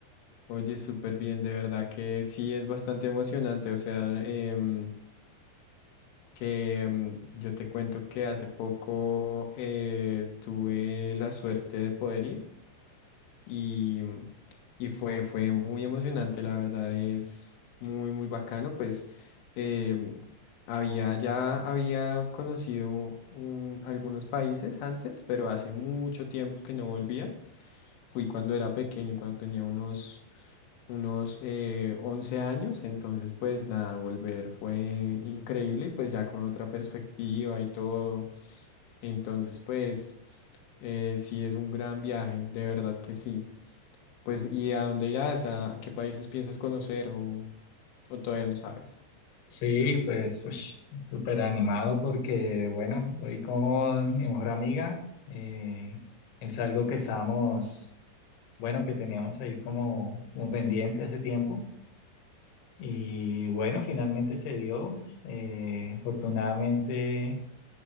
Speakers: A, on the left (about 85°); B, on the left (about 65°).
A: Oye, súper bien, de verdad que sí es bastante emocionante. O sea, em, que em, yo te cuento que hace poco eh, tuve la suerte de poder ir. y, y fue, fue muy emocionante, la verdad es muy, muy bacano, pues em, había, ya había conocido un- algunos países antes, pero hace mucho tiempo que no volvía, fui cuando era pequeño, cuando tenía unos, unos eh, 11 años, entonces pues nada, volver fue increíble y pues ya con otra perspectiva y todo, entonces pues eh, sí es un gran viaje, de verdad que sí. Pues, ¿y a dónde irás? ¿A qué países piensas conocer o, o todavía no sabes?
B: Sí, pues ush, súper animado porque, bueno, voy con mi mejor amiga. eh, es algo que estábamos, bueno, que teníamos ahí como, como pendiente hace tiempo Y bueno, finalmente se dio. Eh, afortunadamente,